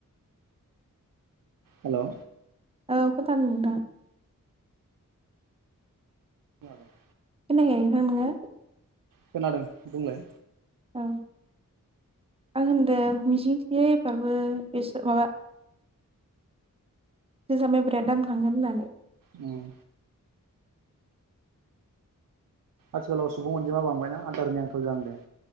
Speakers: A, on the right; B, on the right.
A: हेलौ
B: औ खोनादो नोंथां।
A: <unintelligible>
B: खोनायाखै नोंथां नोङो?
A: खोनादों बुंलाय।
B: औ आं होनदो मिजिं थियो एबारबो बेसर माबा जोसा माइब्राया दाम थांगोन होननानै।
A: ओं आथिखालाव सुबुं अनजिमा बांबायना आदारनि आंखाल जाहांदो।